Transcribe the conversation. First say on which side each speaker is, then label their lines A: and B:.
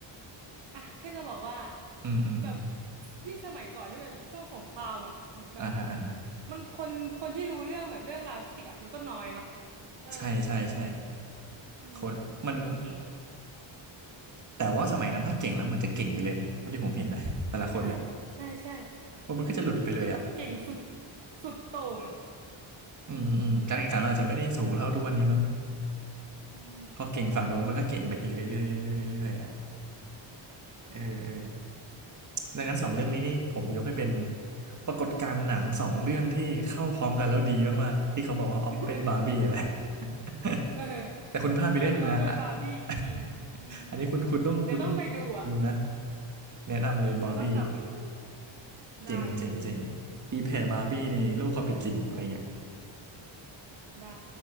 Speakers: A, on the right; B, on the right.
A: อ่ะแค่จะบอกว่า
B: อืมอืมอืม
A: แบบยิ่งสมัยก่อนที่เป็นช่วงสงครามอ่ะแบบ
B: อ่าฮะอ่าฮะ
A: มันคนคนที่รู้เรื่องแบบเรื่องราวฟิสิกส์อ่ะมันก็น้อยเนาะเออ
B: ใช่ใช่ใช่
A: อืม
B: คนมัน
A: ถือว่าเก่งอ่ะ
B: แต่ว่าสมัยนั้นถ้าเก่งแล้วเหมือนจะเก่งไปเลยนะเท่าที่ผมเห็นนะแต่ละคนนะ
A: ใช่ใช่ใช่
B: มันก็จะหลุดไปเลยอ่ะ
A: แบบเก่งสุดสุดโต่งอ่ะ
B: อืมอืมการแข่งขันมันอาจจะไม่ได้สูงเท่าทุกวันนี้มั้ง
A: อืมเป็นไปได้
B: พอเก่งฝั่งโน้นมันก็เก่งไปอีกเรื่อยๆเรื่อยๆเรื่อยๆอ่ะ
A: เก่ง
B: เออเออดังนั้นสองเรื่องนี้นี่ผมยกให้เป็นปรากฏการณ์หนังสองเรื่องที่เข้าพร้อมกันแล้วดีมากๆที่เขาบอกว่าออปเป็นบาร์บี้นี่แหละ
A: <laughs>
B: <laughs>
A: เออ
B: แต่คุณพลาดไปเรื่องหนึ่งนะอะ
A: เป็นเอาเป็นบาร์บี้ที่ดีนะอืม
B: <laughs> อันนี้คุณคุณต้องคุณต้อง
A: เดี๋ยวต้องไปดูอ่ะ
B: ดูนะแนะนำเลยบาร์บี้
A: เดี๋ยวต้องกลับไปดูได้เลยอันนี้
B: เจ๋งเจ๋งเจ๋งตีแผ่บาร์บี้ในโลกความเป็นจริงอะไรเงี้ย
A: ได้